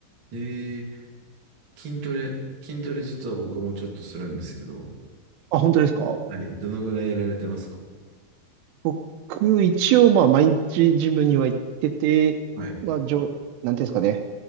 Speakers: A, on the right (about 35°); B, on the right (about 80°).
A: で、筋トレ、筋トレ実は僕もちょっとするんですけど、
B: あ、本当ですか
A: はい。どのぐらいやられてますか
B: 僕、一応まあ毎日ジムには行ってて、
A: はい。う
B: まあ、じょ、なんていうんですかね。